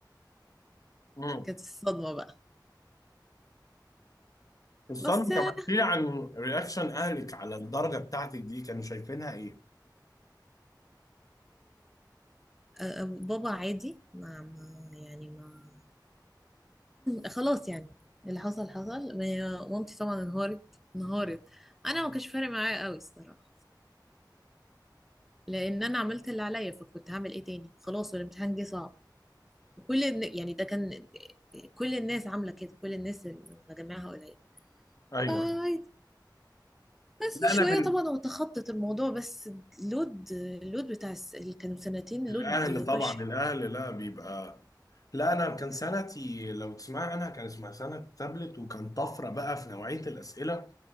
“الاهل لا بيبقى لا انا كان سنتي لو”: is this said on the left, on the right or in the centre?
Left